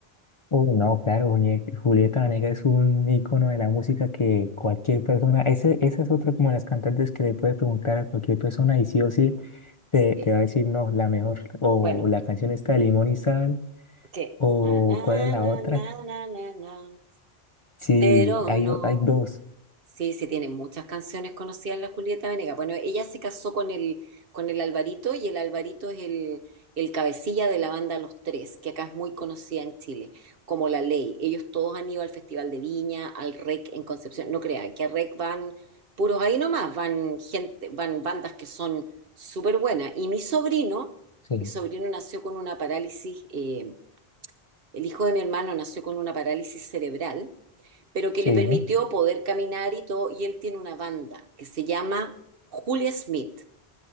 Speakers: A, on the left; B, on the right.
A: uy, no, claro, Junie- Julieta Venegas es un icono de la música que cualquier persona, ese, esa es otra como las cantantes que le puede preguntar a cualquier persona y sí o sí te,
B: Sí.
A: te va a decir, no, la mejor, o
B: Bueno,
A: la canción está de Limón y Sal,
B: ¿qué?
A: o
B: Na, na,
A: cuál es la
B: na,
A: otra.
B: na, na, na, na.
A: Sí,
B: Pero
A: hay,
B: no,
A: o- hay dos.
B: Sí, sí, tiene muchas canciones conocidas la Julieta Venegas. Bueno, ella se casó con el, con el Alvarito y el Alvarito es el, el cabecilla de la banda Los Tres, que acá es muy conocida en Chile, como La Ley. Ellos todos han ido al Festival de Viña, al REC en Concepción. No crean que al REC van puros ahí nomás, van gente, van bandas que son súper buenas. Y mi sobrino,
A: Sí,
B: mi sobrino nació con una parálisis, eh, el hijo de mi hermano nació con una parálisis cerebral pero que
A: sí.
B: le permitió poder caminar y todo. Y él tiene una banda que se llama Julia Smith,